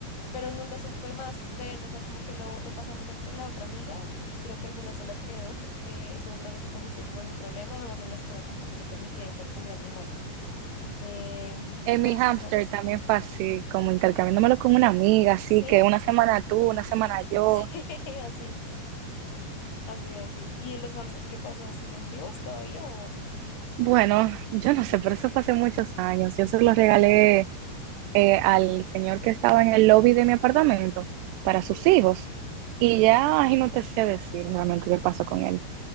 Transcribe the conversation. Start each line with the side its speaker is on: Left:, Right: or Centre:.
Left: pero nunca supe más de él, o sea, como que lo, lo pasamos entre la otra amiga y creo que alguna se lo quedó porque eso luego se convirtió como en un problema, además en la escuela tampoco se permitía intercambiar animales. Em,
Right: Sí. Eh,
Left: pero
Right: mi hámster
Left: sí, ¿sabes?
Right: también fue así, como intercambiándomelo con una
Left: <laughs>
Right: amiga, así que
Left: Sí,
Right: una semana tú, una semana yo.
Left: <laughs> sí, así. Así, así. ¿Y los hamsters qué pasó? ¿Siguen vivos todavía? O... mm,
Right: Bueno, yo no sé, pero eso fue hace muchos años. Yo se lo regalé eh, al señor que estaba en el lobby de mi apartamento para sus
Left: Sí,
Right: hijos. Y ya, ay, no te sé decir realmente qué pasó con él.